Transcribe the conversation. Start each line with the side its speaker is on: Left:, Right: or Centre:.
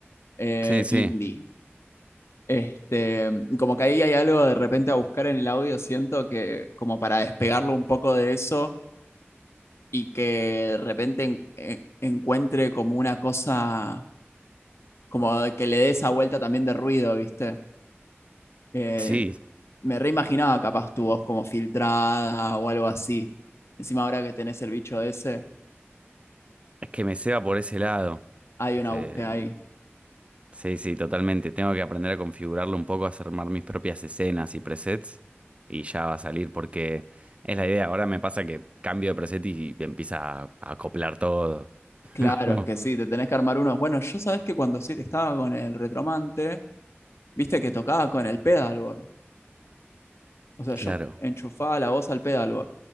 Left: eh,
Right: Sí, sí,
Left: indie. Este, como que ahí hay algo de repente a buscar en el audio, siento que como para despegarlo un poco de eso y que de repente en- en- encuentre como una cosa, como que le dé esa vuelta también de ruido, ¿viste? Eh,
Right: sí,
Left: me reimaginaba capaz tu voz como filtrada o algo así. Encima ahora que tenés el bicho ese,
Right: es que me ceba por ese lado.
Left: hay
Right: Este,
Left: una búsqueda ahí.
Right: sí, sí, totalmente. Tengo que aprender a configurarlo un poco, a armar mis propias escenas y presets y ya va a salir porque es la idea. Ahora me pasa que cambio de preset y empieza a a acoplar todo.
Left: Claro,
Right: <laughs> Como,
Left: es que sí, te tenés que armar unos. Bueno, yo sabés que cuando sí estaba con el retromante, viste que tocaba con el pedalboard. O sea,
Right: claro,
Left: yo enchufaba la voz al pedalboard,